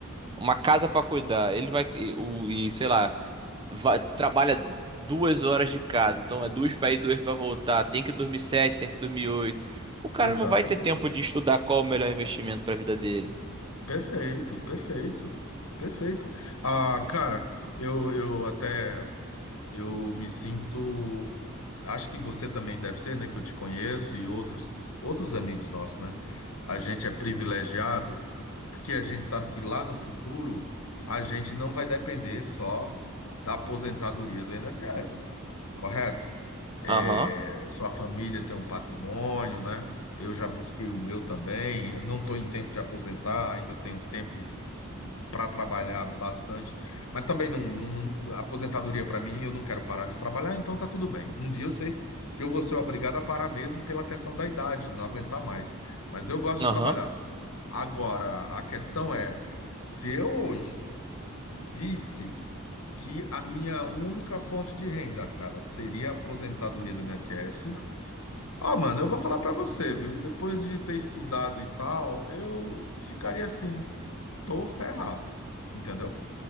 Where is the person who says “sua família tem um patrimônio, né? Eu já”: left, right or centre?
Left